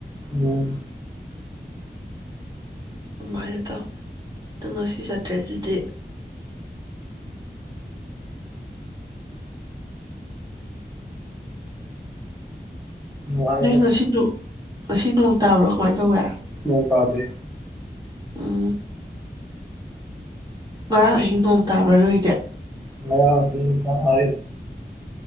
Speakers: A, in the centre; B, on the right (about 20°).
A: ꯅꯣꯡ
B: ꯑꯗꯨꯃꯥꯏꯅ ꯇꯧ ꯅꯪ ꯉꯁꯤ ꯆꯠꯇ꯭ꯔꯦ ꯑꯗꯨꯗꯤ
A: ꯅꯨꯡꯉꯥꯏ ꯆꯠ
B: ꯉꯁꯤꯁꯨ ꯉ ꯅꯣꯡ ꯇꯥꯕ꯭ꯔꯣ ꯀꯃꯥꯏꯅ ꯇꯧꯋꯦ
A: ꯅꯣꯡ ꯇꯥꯗꯦ
B: ꯎꯝ ꯉꯔꯥꯡ ꯑꯍꯤꯡ ꯅꯣꯡ ꯇꯥꯕ꯭ꯔꯥ ꯅꯣꯏꯗꯤ
A: ꯉꯔꯥꯡ <unintelligible>